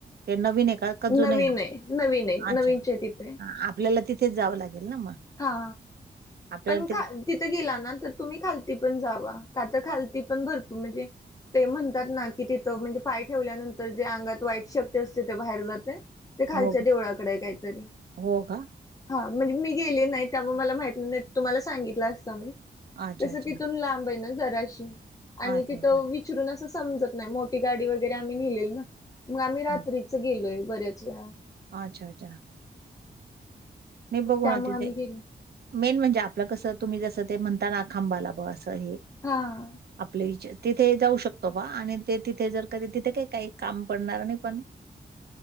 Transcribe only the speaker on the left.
नवीन
आहे नवीन आहे
नवीनचे तिथे
हा
पण
तिथं गेला ना तर तुम्ही खालती पण जावा का तर खालती पण भरपूर म्हणजे ते म्हणतात ना की तिथं म्हणजे पाय ठेवल्यानंतर जे अंगात वाईट शक्ती असते ते बाहेर जाते ते खालच्या
देवळाकडे आहे काही तरी
हा म्हणजे मी गेले नाही त्या मला माहीत नाही तुम्हाला सांगितलं असत मी
तस
तिथून लांबय ना जराशी. आणि
तिथं
वि चरून अस समजत नाही. मोठी गाडी वगैरे आम्ही नेलेली ना. मग आम्ही रात्रीच
गेलोय. बऱ्याच वेळा.
मग
त्यामुळे
आम्ही गेलो
हा.
<inaudible>